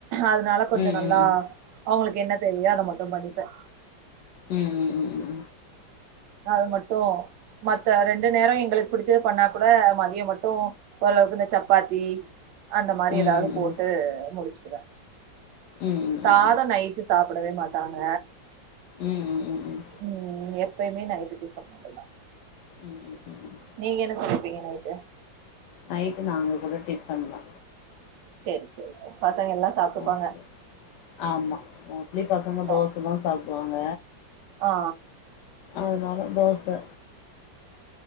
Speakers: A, on the right; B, on the left.
A: அதனால கொஞ்சோ
B: ம் ம்
A: நல்லா
B: ம்
A: அவுங்ளுக்கு என்ன தேவையோ அத மட்டு பண்ணிப்ப
B: ம் ம் ம்ம்
A: அது மட்டு மத்த ரெண்டு நேரோ எங்களுக்கு புடிச்சது பண்ணா கூட மதிய மட்டு ஓரளவுக்கு இந்த சப்பாத்தி அந்த
B: ம்
A: மாறி எதாவது
B: ம்
A: போட்டு
B: ம்
A: முடிச்சுடுவ
B: ம் ம்
A: சாதோ
B: ம்
A: நைட்டு சாப்படவே மாட்டாங்க
B: ம் ம் ம் ம்
A: ம் எப்பயுமே நைட்டு டிஃபன் மட்டுதா
B: ம் ம் ம் ம்
A: நீங்க என்ன சமைப்பீங்க நைட்டு
B: நைட்டு நாங்கக் கூட டிஃபன் தா
A: சேரி சேரி பசங்க எல்லா சாப்ட்டுப்பாங்க
B: மோஸ்லி ஆமா மோஸ்லி பசங்க தோசதா
A: ஆ
B: சாப்டுவாங்க
A: ஆ
B: அதனால தோசா